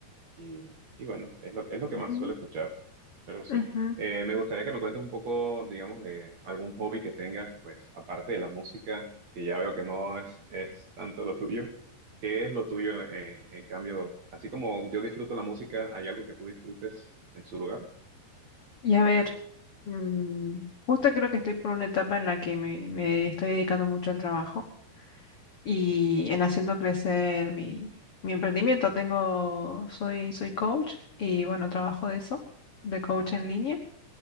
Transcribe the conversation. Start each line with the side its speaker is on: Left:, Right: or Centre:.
Right: Y, y bueno, es lo, es lo que
Left: ujú,
Right: más suelo escuchar, pero sí.
Left: ujú.
Right: Eh, me gustaría que me cuentes un poco, digamos, de algún hobby que tengas, pues aparte de la música, que ya veo que no es, es tanto lo tuyo. ¿Qué es lo tuyo, eh, en cambio? Así como yo disfruto la música, ¿hay algo que tú disfrutes en su lugar?
Left: Y a ver, mm, justo creo que estoy por una etapa en la que me, me estoy dedicando mucho al trabajo. y en haciendo crecer mi, mi emprendimiento. Tengo, soy, soy coach y bueno, trabajo de eso, de coach en línea